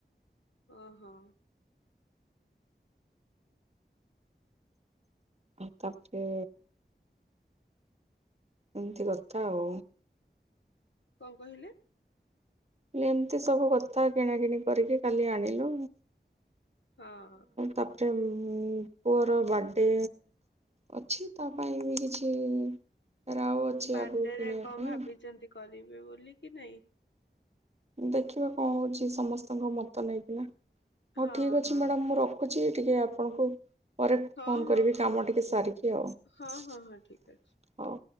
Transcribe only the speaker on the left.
ଓହୋ
କଣ କହିଲେ?
ହଁ
ବାର୍ଥଡେ
ରେ କଣ
ଭାବିଛନ୍ତି କରିବେ ବୋଲି କି ନାଇଁ।
ହଁ
ହଁ
ହଁ
ହଁ ହଁ
ହଁ
ହଁ ହଁ ଠିକ ଅଛି